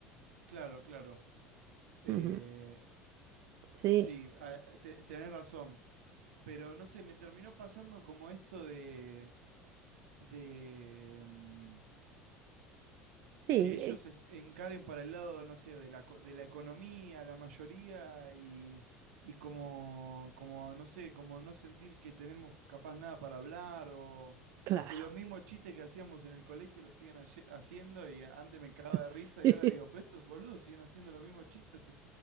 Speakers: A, on the right; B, on the right.
A: claro, claro. Eh,
B: Ujú. Sí,
A: sí, ah, te- tenés razón. Pero no sé, me terminó pasando como esto de, de, mm,
B: sí,
A: que ellos
B: eh,
A: est- encaren para el lado, no sé, de la, co- de la economía, la mayoría, y, y como, como, no sé, como no sentir que tenemos capaz nada para hablar, o,
B: claro.
A: o que los mismos chistes que hacíamos en el colegio los siguen haye- haciendo, y antes me cagaba
B: <laughs>
A: de
B: Sí.
A: risa, y ahora digo, pero estos boludos siguen haciendo los mismos chistes hace